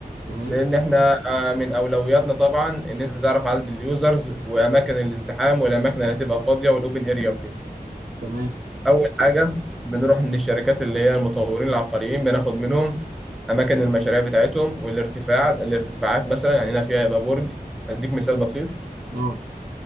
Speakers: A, on the right; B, in the centre.
A: تمام
B: لأن احنا آه، من أولوياتنا طبعا إن أنت تعرف عدد اليوزرز وأماكن الازدحام والأماكن اللي هتبقى فاضية والأوبن أريا وكده
A: تمام
B: أول حاجة بنروح للشركات اللي هي المطورين العقاريين بناخد منهم أماكن المشاريع بتاعتهم والارتفاع الارتفاعات مثلا يعني هنا فيها يبقى برج أديك مثال بسيط
A: اه